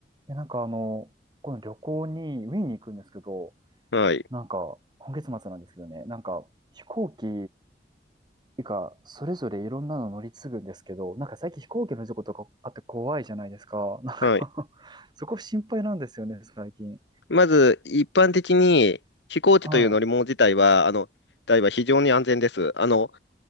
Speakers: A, on the right; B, on the left.
A: や、なんかあの、この旅行に、ウィーンに行くんですけど、
B: はい。
A: なんか、今月末なんですけどね、なんか、飛行機がそれぞれいろんなの乗り継ぐんですけど、なんか最近飛行機の事故とかあって怖いじゃないですか。なんか
B: はい。
A: <laughs> そこ心配なんですよね、最近。
B: まず、一般的に飛行機という乗り物自体は、
A: はい。
B: あの、台は非常に安全です。あの、